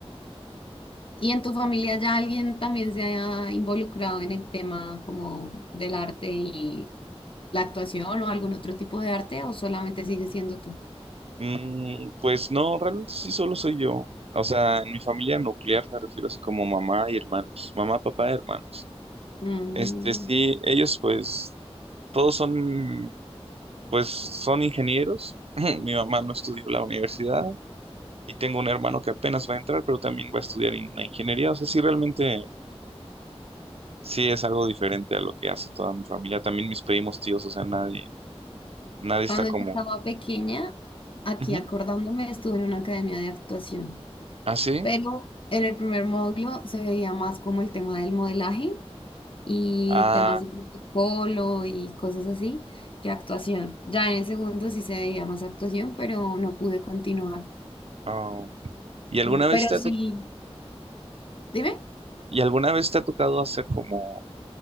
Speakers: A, on the left (about 55°); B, on the right (about 65°).
A: ¿Y en tu familia ya alguien también se ha involucrado en el tema como del arte y la actuación o algún otro tipo de arte o solamente sigue siendo tú?
B: Mm, pues no, realmente sí solo soy yo. O sea, en mi familia nuclear me refiero así como mamá y hermanos, mamá, papá, hermanos.
A: Mm,
B: Este, sí, ellos pues todos son, pues son ingenieros. <clears throat> Mi mamá no estudió la universidad y tengo un hermano que apenas va a entrar, pero también va a estudiar en una ingeniería. O sea, sí, realmente sí es algo diferente a lo que hace toda mi familia. También mis primos, tíos, o sea, nadie, nadie está
A: Cuando
B: como,
A: yo estaba pequeña, aquí
B: así.
A: acordándome, estuve en una academia de actuación,
B: Ah, sí?
A: pero en el primer módulo se veía más como el tema del modelaje y
B: Ah,
A: temas de protocolo y cosas así que actuación. Ya en el segundo sí se veía más actuación, pero no pude continuar.
B: oh. ¿Y alguna
A: Sí,
B: vez
A: Pero
B: te ha
A: sí, Dime.
B: ¿Y alguna vez te ha tocado hacer como,